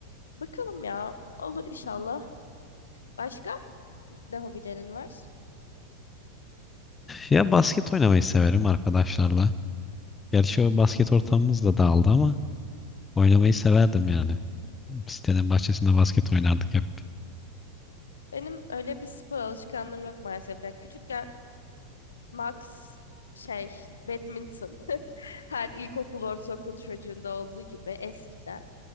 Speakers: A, on the left; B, on the left.
A: Bakalım ya olur inşallah. Başka? Ne hobilerin var?
B: Ya basket oynamayı severim arkadaşlarla. Gerçi o basket ortamımız da dağıldı ama oynamayı severdim yani. Sitenin bahçesinde basket oynardık hep.
A: Benim öyle bir spor alışkanlığım yok maalesef. Ya küçükken max şey badminton <laughs> her ilkokul ortaokul çocuğunda olduğu gibi eskiden